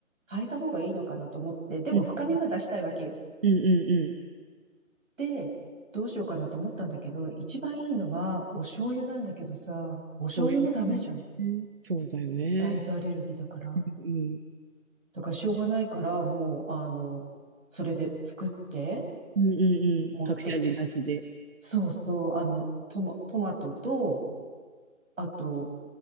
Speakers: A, on the right; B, on the right.
A: 変えた方がいいのかなと思って、でも深みが出したいわけよ。
B: うん、うん、うん、うんうん。
A: で、どうしようかなと思ったんだけど、一番いいのはお醤油なんだけどさ、お醤油もダメじゃん。
B: 醤油もね。うんそうだよね。
A: 大豆アレルギーだから。
B: うん、
A: だからしょうがないから、もう、あの、それで作って、
B: うん、うん、うん。
A: 持って、
B: 隠し味なしで。
A: そうそう、あの、トマ、トマトと、あと、